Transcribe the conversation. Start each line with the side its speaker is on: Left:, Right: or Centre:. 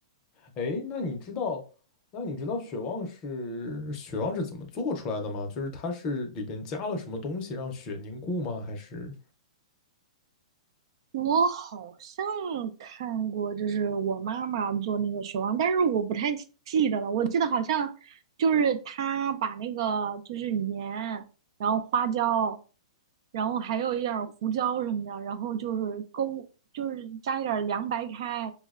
Left: 哎，那你知道，那你知道雪旺是雪旺是怎么做出来的吗？就是它是里边加了什么东西让雪凝固吗？还是？
Right: 我好像看过，就是我妈妈做那个雪忘，但是我不太记记得了。我记得好像就是她把那个就是盐，然后花椒，然后还有一点儿胡椒什么的，然后就是勾，就是加一点儿凉白开，